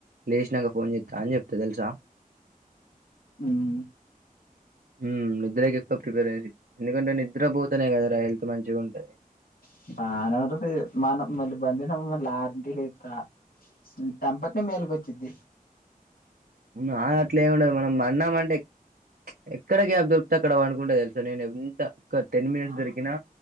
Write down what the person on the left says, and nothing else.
ఉమ్
<unintelligible> ఆరింటికి లేస్తా తంపత్తే మెలుకువొచ్చిది